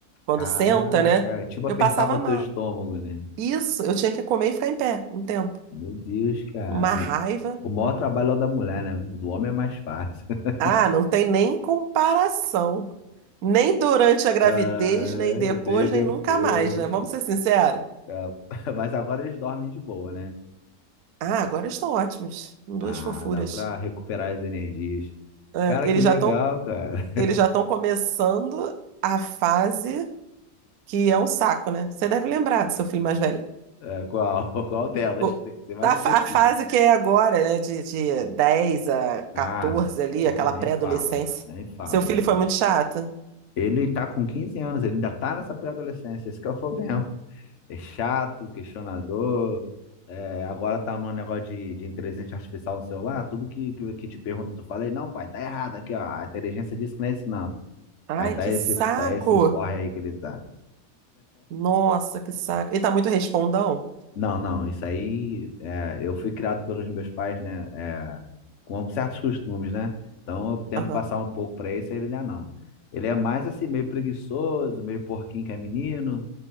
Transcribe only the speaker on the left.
Caraca.
Tipo,
apertava
o teu
estômago, né?
Meu Deus, cara.
E- O maior trabalho é o da mulher, né? O do homem é mais fácil. <laughs>
Ah,
nem depois.
Ah, <laughs> mas agora eles dormem de boa, né?
Ah,
dá pra recuperar as energias.
Cara,
que legal,
cara.
É, qual, <laughs> qual delas?
Tem que ser mais
específico.
Ah,
pô,
nem
fala. Nem fala,
mano.
Ele tá com 15 anos, ele ainda tá nessa pré-adolescência, esse que é o problema. é chato, questionador. é, agora tá num negócio de, de inteligência artificial no celular, tudo que, que, que te pergunta, tu fala aí, não, pai, tá errado aqui, ó. A inteligência disse que não é isso, não.
Aí tá
esse,
tá esse porre aí que ele tá.
Não, não, isso aí é, eu fui criado pelos meus pais, né? é, com certos costumes, né? Então eu tento
passar um pouco pra esse, aí ele não é não. Ele é mais assim, meio preguiçoso, meio porquinho que é menino,